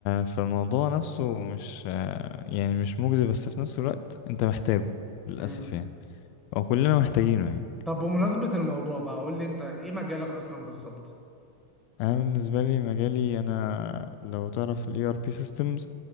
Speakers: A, on the left; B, in the centre.
A: فالموضوع نفسه مش آه، يعني مش مجزي بس في نفس الوقت انت محتاجه للأسف
B: مم.
A: يعني هو كلنا محتاجينه يعني
B: طب بمناسبة الموضوع بقى قول لي انت ايه مجالك اصلا بالظبط
A: انا بالنسبه لي مجالي انا لو تعرف ال ERP systems